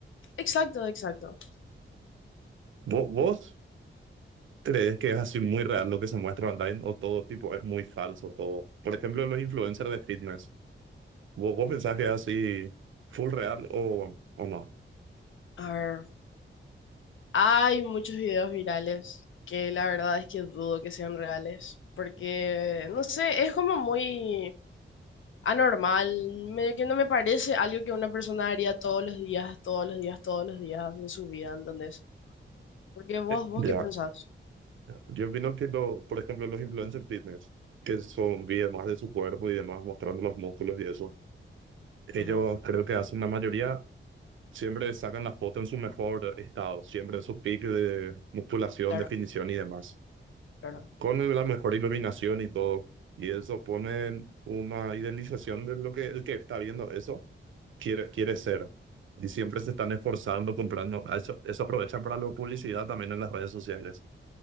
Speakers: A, on the left; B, on the right.
A: Exacto, exacto.
B: ¿Vo- ¿Vos, crees que es así muy real lo que se muestra online o todo tipo es muy falso todo? Por ejemplo, los influencers de fitness. ¿Vos, vos pensás que es así full real o, o no?
A: A ver. Hay muchos videos virales que la verdad es que dudo que sean reales, porque, no sé, es como muy anormal, medio que no me parece algo que una persona haría todos los días, todos los días, todos los días de su vida, ¿entendés? Porque vos,
B: Eh,
A: vos
B: Ya.
A: qué pensás?
B: Yo opino que, lo, por ejemplo, los influencers fitness, que son videos más de su cuerpo y demás, mostrando los músculos y eso, ellos
A: Ujú,
B: creo que hacen la mayoría siempre sacan la foto en su mejor estado, siempre en su pico de musculación,
A: claro,
B: definición y demás,
A: claro.
B: con la mejor iluminación y todo. Y eso pone una idealización de lo que el que está viendo eso quiere, quiere ser. Y siempre se están esforzando comprando. a Eso, eso aprovechan para la publicidad también en las redes sociales.